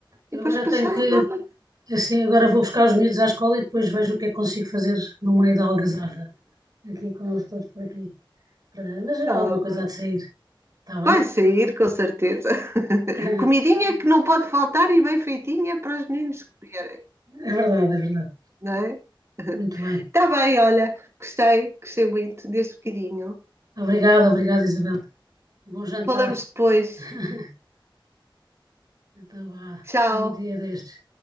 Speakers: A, on the right; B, on the right.
A: Eu
B: E depois
A: agora
B: passar
A: tenho que,
B: e pôr na
A: assim, agora vou buscar os miúdos à escola e depois vejo o que é que consigo fazer no meio da algazarra, aqui com eles todos por aqui. Para- Mas há
B: tábua.
A: alguma coisa há de sair, está bem?
B: Vai sair, com certeza. <laughs>
A: <laughs>
B: Comidinha que não pode faltar e bem feitinha para os meninos comerem,
A: É verdade, é verdade.
B: não é?
A: Muito bem.
B: Está bem, olha, gostei, gostei muito deste bocadinho.
A: Obrigada, obrigada, Isabel. Bom jantar.
B: Falamos depois.
A: <laughs> Então vá,
B: Tchau.
A: até um dia destes.